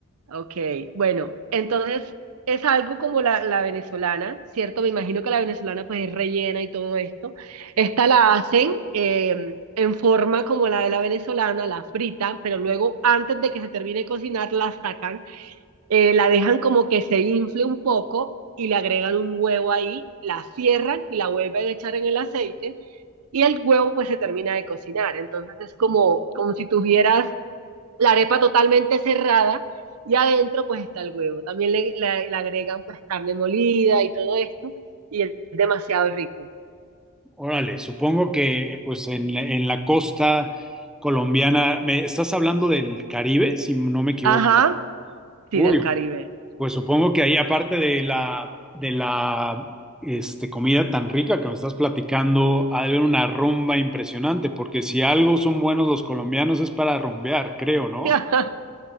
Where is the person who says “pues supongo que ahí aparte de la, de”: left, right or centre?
Centre